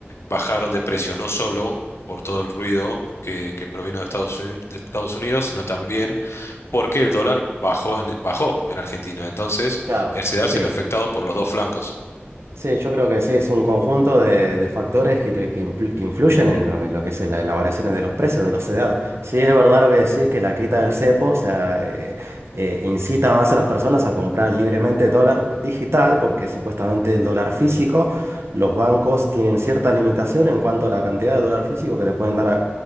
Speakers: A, on the left (about 80°); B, on the right (about 80°).
A: bajaron de precio no solo por todo el ruido que, que provino de Estados, Uni- de Estados Unidos, sino también porque el dólar bajó en, bajó en Argentina. Entonces,
B: Claro,
A: el CDR se
B: sí.
A: vio afectado por los dos flancos.
B: Sí, yo creo que sí, es un conjunto de, de factores que, que impl- que influyen en lo, que lo que es la, la variación de los precios de los CEDAR. Sí, es verdad lo que decís, que la quita del cepo, o sea, eh, eh, incita más a las personas a comprar libremente dólar digital, porque supuestamente el dólar físico, los bancos tienen cierta limitación en cuanto a la cantidad de dólar físico que le pueden dar a,